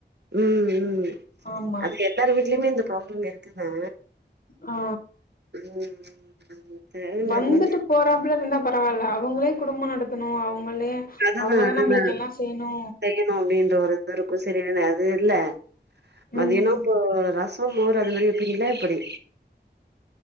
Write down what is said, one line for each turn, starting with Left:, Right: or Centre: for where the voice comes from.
Right: ம் ம்
Left: ஆமா
Right: அது எல்லார் வீட்லயுமே இந்த ப்ராப்ளம் இருக்குது
Left: ஆ
Right: <unintelligible> மத்
Left: வந்துட்டு
Right: மதிய
Left: போறாப்புல இருந்தா பரவால்ல அவங்களே குடும்ப நடத்தணு அவங்க ளே
Right: அதுதா
Left: அவங்கதா
Right: அதுதா
Left: நம்மளுக் எல்லா செய்ணு
Right: செய்யணு அப்டின்ற ஒரு இது இருக்கு சரியான அது இல்ல மதியானம்
Left: ம்
Right: இப்போ ரச மோர் அது மாரி வப்பீங்களா எப்டி